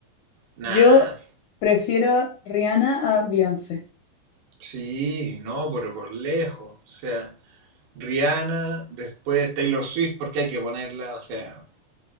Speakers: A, on the right (about 75°); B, on the left (about 80°).
A: Nah,
B: Yo prefiero a Rihanna a Beyoncé.
A: Sí, no, pero por lejos. O sea, Rihanna, después Taylor Swift, porque hay que ponerla, o sea,